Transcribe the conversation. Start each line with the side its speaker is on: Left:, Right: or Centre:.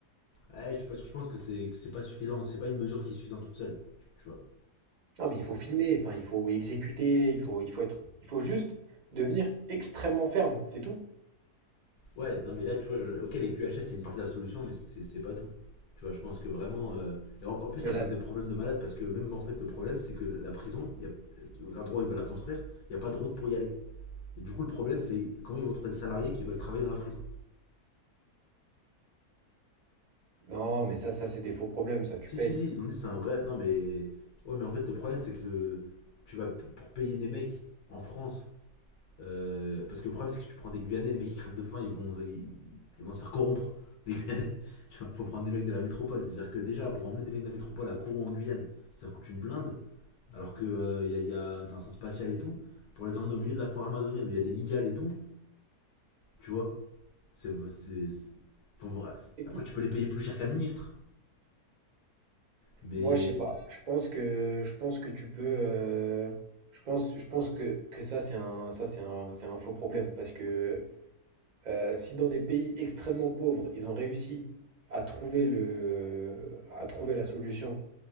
Left: ouais, je suis pas sûr, je pense que c'est que c'est pas suffisant. C'est pas une mesure qui est suffisante toute seule. Tu vois?
Right: Non, mais il faut filmer, enfin, il faut exécuter, il faut, il faut être, il faut juste devenir extrêmement ferme, c'est tout.
Left: Ouais, non, mais là, tu vois, je- ok, les QHS, c'est une partie de la solution, mais c'est c'est pas tout. Tu vois, je pense que vraiment. euh, Et en, en plus,
Right: Mais
Left: ça
Right: là,
Left: pose des problèmes de malade parce que même en fait, le problème, c'est que la prison, il y a... euh, l'endroit où ils veulent la construire, il n'y a pas de route pour y aller. Et du coup, le problème, c'est comment ils vont trouver des salariés qui veulent travailler dans la prison.
Right: non, mais ça, ça, c'est des faux problèmes, ça, tu
Left: Si,
Right: payes.
Left: si, si, ils ont dit c'est un vrai. Non, mais. Ouais, mais en fait, le problème, c'est que tu vas p- pour payer des mecs en France Euh, parce que le problème, c'est que tu prends des Guyanais, les mecs qui crèvent de faim, ils vont, ils, ils vont se faire corrompre, les Guyanais. <laughs> Tu vois, faut prendre des mecs de la métropole. C'est-à-dire que déjà, pour emmener des mecs de la métropole à Kourou en Guyane, ça coûte une blinde, alors qu'il il y, a, y a une station spatiale et tout. Pour les emmener au milieu de la forêt amazonienne où il y a des migales et tout, tu vois, c'est. c'est- faut
Right: Écoute,
Left: Après, tu peux les payer plus cher qu'un ministre, mais.
Right: moi, je sais pas. Je pense que, je pense que tu peux, euh, je pense, je pense que, que ça, c'est un, ça, c'est un, c'est un faux problème parce que euh, si dans des pays extrêmement pauvres, ils ont réussi à trouver le, à trouver la solution